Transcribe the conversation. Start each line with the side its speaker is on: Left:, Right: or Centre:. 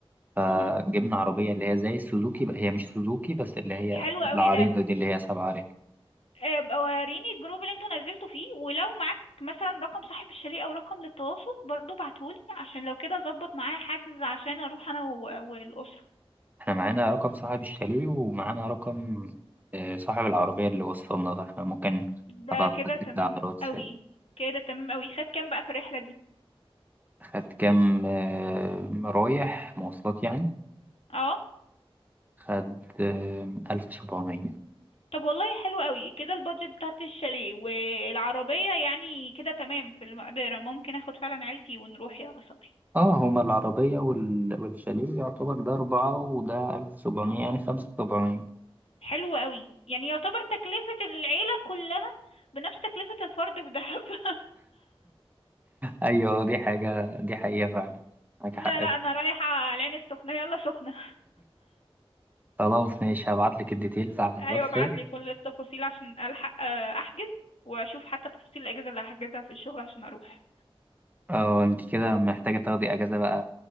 Right: فجبنا
Left: مم.
Right: عربية اللي هي زي السوزوكي بقى هي مش سوزوكي بس اللي هي
Left: حلو
Right: العريضة
Left: أوي ده
Right: دي اللي هي سبعة رجل.
Left: آه، بقى وريني الجروب اللي انتوا نزلتوا فيه ولو معاك مثلا رقم صاحب الشاليه أو رقم للتواصل برضو بعتهولي عشان لو كده أظبط معاه حجز عشان أروح أنا و- والأسرة
Right: احنا معانا رقم صاحب الشاليه ومعانا رقم آه، صاحب العربية اللي وصلنا ده احنا ممكن
Left: ده
Right: أبقى أبعت
Left: كده
Right: لك
Left: تمام
Right: ده على الواتساب
Left: أوي كده تمام أوي خد كام بقى في الرحلة دي؟
Right: خد كام آه، رايح مواصلات يعني
Left: اه
Right: خد آه، ألف سبعمية
Left: طب والله حلو قوي كده البادجت بتاعت الشاليه والعربية يعني كده تمام في المقدرة ممكن اخد فعلا عيلتي ونروح يا صبري
Right: اه هما العربية وال- والشاليه يعتبر ده أربعة وده ألف سبعمية يعني خمسة سبعمية
Left: حلو قوي يعني يعتبر تكلفة العيلة كلها بنفس تكلفة الفرد في دهب <laughs>
Right: أيوة دي حاجة دي حقيقة فعلا معاك
Left: لا
Right: حق
Left: لا انا رايحة العين السخنة يلا سخنة
Right: خلاص ماشي هبعت لك الديتيلز
Left: <laughs>
Right: على الواتساب
Left: ايوه ابعتلي كل التفاصيل عشان الحق آه، احجز واشوف حتى تفاصيل الاجازة اللي هحجزها في الشغل عشان اروح
Right: اه انت كده محتاجة تاخدي اجازة بقى